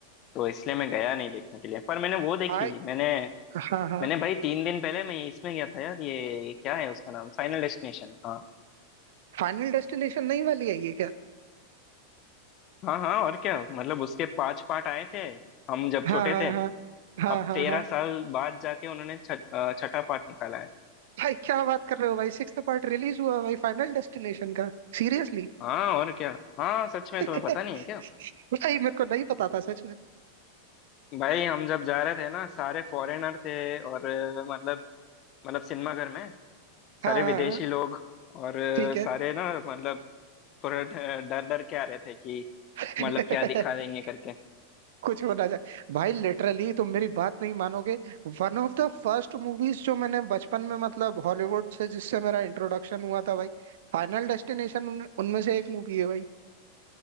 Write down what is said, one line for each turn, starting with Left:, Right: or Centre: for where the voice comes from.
Left: तो इसलिए मैं गया नहीं देखने के लिए पर मैंने वो देखी
Right: भाई
Left: मैंने
Right: हाँ हाँ
Left: मैंने भाई तीन दिन पहले मैं इसमें गया था यार ये क्या है उसका नाम Final destination हाँ
Right: फाइनल डेस्टिनेशन नई वाली आई है क्या
Left: हाँ हाँ और क्या मतलब उसके पांच पार्ट आए थे हम जब
Right: हाँ
Left: छोटे
Right: हाँ
Left: थे
Right: हाँ हाँ
Left: अब
Right: हाँ
Left: तेरह
Right: हाँ
Left: साल बाद जाके उन्होंने छ, अ, छठा पार्ट निकाला है
Right: भाई क्या बात कर रहे हो भाई सिक्स्थ पार्ट रिलीज हुआ भाई फाइनल डेस्टिनेशन का सीरियसली
Left: हाँ और क्या हाँ सच में तुम्हें
Right: <laughs>
Left: पता नहीं है क्या
Right: भाई मेरे को नहीं पता था सच में
Left: भाई हम जब जा रहे थे ना सारे फॉरेनर थे और अ, मतलब मतलब सिनेमा घर में
Right: हाँ
Left: सारे
Right: हाँ
Left: विदेशी
Right: हाँ,
Left: लोग और अ,
Right: ठीक
Left: सारे
Right: है
Left: ना मतलब थोड़ा ड- डर डर के आ रहे थे कि
Right: <laughs>
Left: मतलब क्या दिखा देंगे करके
Right: कुछ हो ना जाए भाई लिटरली तुम मेरी बात नहीं मानोगे One of the first movies जो मैंने बचपन में मतलब हॉलीवुड से जिससे मेरा इंट्रोडक्शन हुआ था भाई फाइनल डेस्टिनेशन उन, उनमें से एक मूवी है भाई